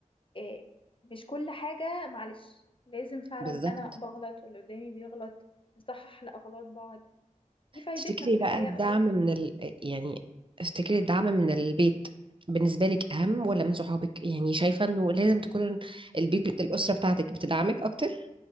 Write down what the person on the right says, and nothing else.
بالظبط
تفتكري
بقى الدعم
من ال... يعني تفتكري الدعم من البيت بالنسبة لك أهم ولا من صحابك؟ يعني شايفة إنه لازم تكون البيت بت- الأسرة بتاعتك بتدعمك أكتر؟